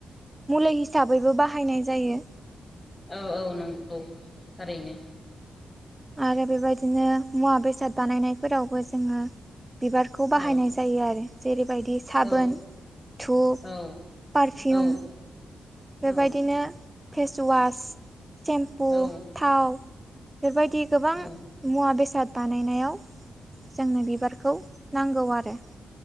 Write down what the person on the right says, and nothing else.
मुलै हि हिसाबैबो बाहायनाय जायो।
आरो बेबायदिनो मुवा बेसाद बानायनायफोरावबो जोङो बिबारखौ बाहायनाय
जायो आरो जेरैबायदि साबोन
धुप
पारफिउम
बेबायदिनो
फेसवास सेम्पु
थाव बेबायदि गोबां
मुवा बेसाद बानायनायाव जोंनो बिबारखौ नांगौ आरो।